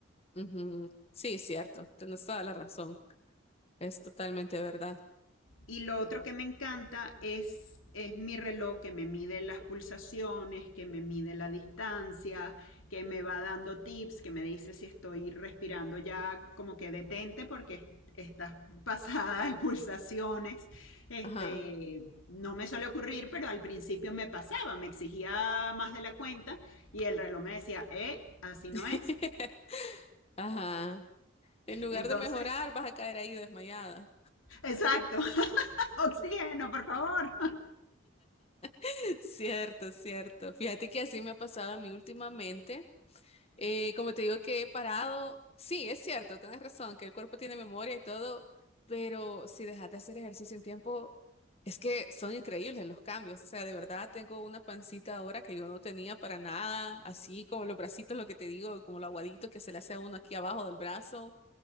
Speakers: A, on the left (about 30°); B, on the left (about 85°).
A: Ujú. Sí, cierto, tienes toda la razón. Es totalmente verdad.
B: Y lo otro que me encanta es, es mi reloj que me mide las pulsaciones, que me mide la distancia, que me va dando tips, que me dice si estoy respirando ya como que detente porque estás pasada de pulsaciones. Este,
A: Ajá.
B: no me suele ocurrir, pero al principio me pasaba, me exigía más de la cuenta y el reloj me decía, eh, así no
A: <laughs>
B: es.
A: Ajá. En lugar
B: Entonces,
A: de mejorar, vas a caer ahí desmayada.
B: exacto, <laughs> oxígeno, por favor.
A: <laughs> Cierto, cierto. Fíjate que así me ha pasado a mí últimamente. Eh, como te digo que he parado, sí, es cierto, tienes razón, que el cuerpo tiene memoria y todo, pero si dejas de hacer ejercicio un tiempo, es que son increíbles los cambios. O sea, de verdad tengo una pancita ahora que yo no tenía para nada, así como los bracitos, lo que te digo, como lo aguadito que se le hace a uno aquí abajo del brazo.